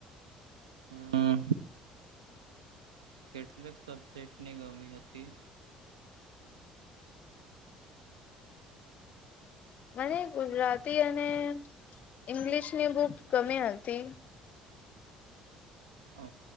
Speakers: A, on the right; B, on the left.
A: હમ્મ કેટલાક સબ્જેક્ટની ગમી હતી.
B: મને ગુજરાતી અને ઇંગ્લિશની બુક ગમી હતી.
A: અ